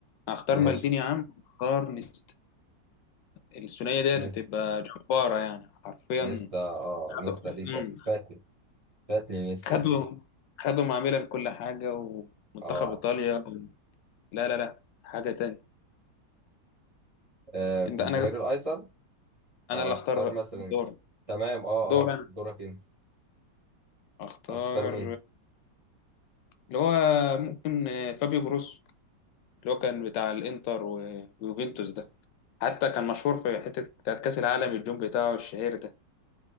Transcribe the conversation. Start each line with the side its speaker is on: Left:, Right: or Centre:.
Left: هختار
Right: ماشي
Left: مالديني يا عم هختار نيستا الثنائيه
Right: اتنين
Left: ديت بتبقى جباره يعني حرفيا
Right: نيستا اه
Left: خدوا
Right: نيستا دي
Left: أمم.
Right: فا- فاتني فاتني نيستا
Left: خدوا
Right: دي
Left: خدوا مع ميلان كل حاجه ومنتخب
Right: اه
Left: ايطاليا و... لا لا لا حاجه تانية
Right: آه، في
Left: انت
Right: الظهير
Left: انا
Right: الايسر هختار
Left: انا اللي اختار
Right: مثلا
Left: بقى دور
Right: تمام اه
Left: دور
Right: اه
Left: انا
Right: دورك انت
Left: اختار
Right: هتختار مين
Left: اللي هو ممكن آه، فابيو جروسو اللي هو كان بتاع الانتر و- ويوفنتوس ده حتى كان مشهور في حتة بتاعت كأس العالم الجون بتاعه الشهير ده